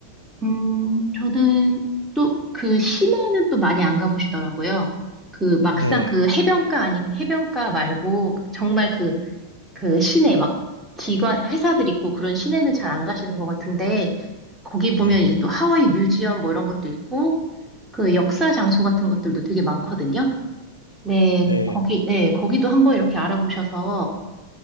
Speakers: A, in the centre; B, on the left.
A: 음, 저는 또 그 시내는 또 많이 안 가보시더라고요. 그 막상
B: 네,
A: 그 해변가 아니, 해변가 말고 정말 그 그 시내 막 기관 회사들 있고 그런 시내는 잘 안 가시는 것 같은데 거기
B: 네,
A: 보면 이제 또 하와이 뮤지엄 뭐 이런 것도 있고 그 역사 장소 같은 것들도 되게 많거든요. 네,
B: 네,
A: 거기 네, 거기도 한번 이렇게 알아보셔서